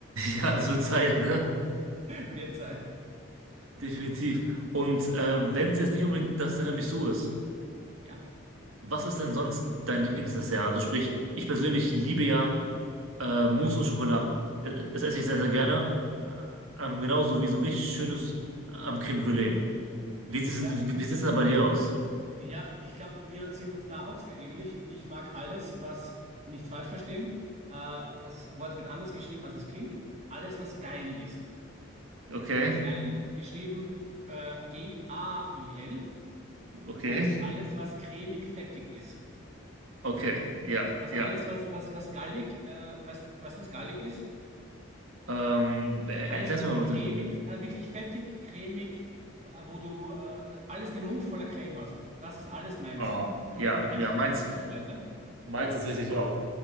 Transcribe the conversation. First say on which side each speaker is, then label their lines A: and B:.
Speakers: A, on the right; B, on the right.
A: Ja, das wird Zeit, ne?
B: <laughs> Wird Zeit.
A: Definitiv. Und äh, wenn es jetzt nicht unbedingt das Tiramisu ist,
B: Ja,
A: was ist denn sonst dein Lieblingsdessert? Also sprich, ich persönlich liebe ja äh, Mousse au Chocolat. Äh, Das esse ich sehr, sehr gerne. Äh, Ähm, genauso wie so richtig schönes ähm, Crème Brûlée. Wie sieht
B: ich
A: es
B: glaube,
A: denn wie sieht's denn da bei dir aus?
B: Ja, ich glaube, wir sind uns da auch sehr ähnlich. Ich mag alles, was nicht falsch verstehen. Äh, das Wort wird anders geschrieben, als es klingt. Alles, was geil ist.
A: Okay,
B: Geil, geschrieben äh, G-A-I-L,
A: okay.
B: heißt alles, was cremig-fettig ist.
A: Okay, ja,
B: Also
A: ja.
B: alles, was, was, was gallig, äh, weißt, du- weißt du, was gallig ist?
A: Ähm, er-
B: Alles,
A: erklär's
B: was
A: mir mal
B: cremig,
A: bitte.
B: äh, wirklich fettig, cremig, äh, wo du äh, alles den Mund voller Creme hast. Das ist alles meins.
A: Oh,
B: Das kannst
A: ja,
B: du mir reinstopfen,
A: ja, meins.
B: kiloweise.
A: Meins tatsächlich auch.